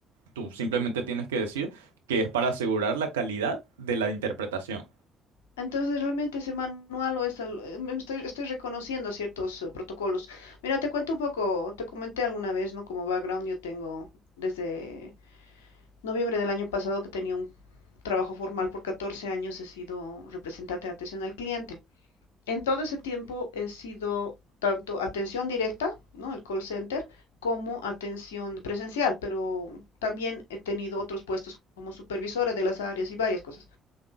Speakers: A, on the right (about 85°); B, on the left (about 80°).
A: tú simplemente tienes que decir que es para asegurar la calidad de la interpretación.
B: Entonces realmente ese manual o esa, eh, me estoy, estoy reconociendo ciertos eh, protocolos. Mira, te cuento un poco, te comenté alguna vez, ¿no? Como background yo tengo desde noviembre del año pasado que tenía un trabajo formal por 14 años, he sido representante de atención al cliente. En todo ese tiempo he sido tanto atención directa, ¿no? El call center, como atención presencial, pero también he tenido otros puestos como supervisora de las áreas y varias cosas.